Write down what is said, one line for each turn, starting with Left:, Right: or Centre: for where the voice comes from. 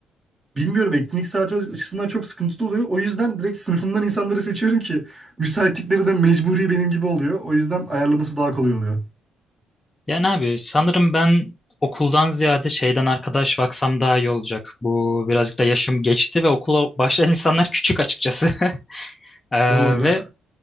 Right: bilmiyorum etkinlik saati açısından çok sıkıntılı oluyor. O yüzden direkt sınıfımdan insanları seçiyorum ki müsaitlikleri de mecburi benim gibi oluyor. O yüzden ayarlaması daha kolay oluyor.
Left: Yani abi sanırım ben okuldan ziyade şeyden arkadaş baksam daha iyi olacak. Bu birazcık da yaşım geçti ve okula başlayan insanlar küçük açıkçası. <laughs> Ee,
Right: Doğru.
Left: ve